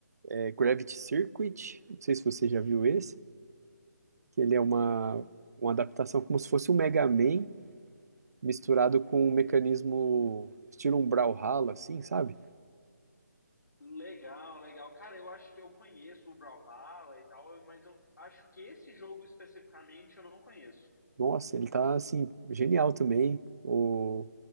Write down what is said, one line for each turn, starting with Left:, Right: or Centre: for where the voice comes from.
Right: é, Gravity Circuit, não sei se você já viu esse, que ele é uma, uma adaptação como se fosse um Mega Man misturado com um mecanismo estilo um Brawlhalla, assim, sabe?
Left: Legal, legal. Cara, eu acho que eu conheço o Brawlhalla e tal, mas eu acho que esse jogo especificamente eu não conheço.
Right: Nossa, ele tá, assim, genial também. O,